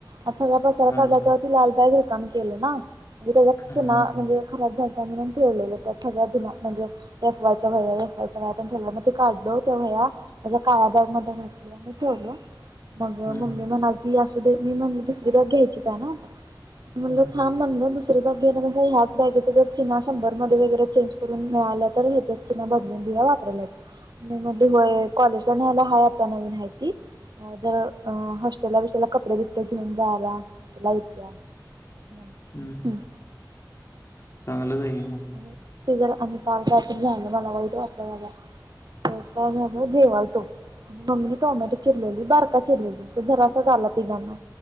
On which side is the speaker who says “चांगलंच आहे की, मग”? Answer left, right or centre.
Left